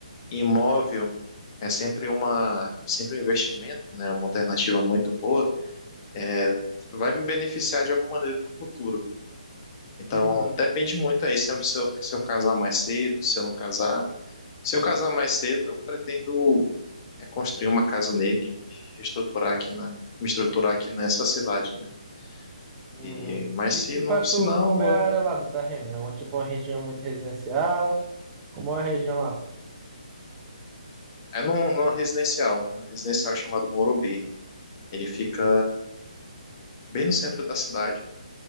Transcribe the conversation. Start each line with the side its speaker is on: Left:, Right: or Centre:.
Left: imóvel é sempre uma, sempre um investimento, né? Uma alternativa muito boa, é, vai me beneficiar de alguma maneira no futuro. Então,
Right: Uhum.
Left: depende muito aí se eu, se eu, se eu casar mais cedo, se eu não casar. Se eu casar mais cedo, eu pretendo é construir uma casa nele e reestruturar aqui na, me estruturar aqui nessa cidade, né?
Right: Uhum.
Left: E, mas
Right: E, e
Left: se não,
Right: para
Left: se
Right: tu,
Left: não,
Right: como é
Left: eu-
Right: a área lá do terreno? É uma, tipo uma região muito residencial? Como é a região lá?
Left: é num, numa residencial, um residencial chamado Morumbi. Ele fica bem no centro da cidade,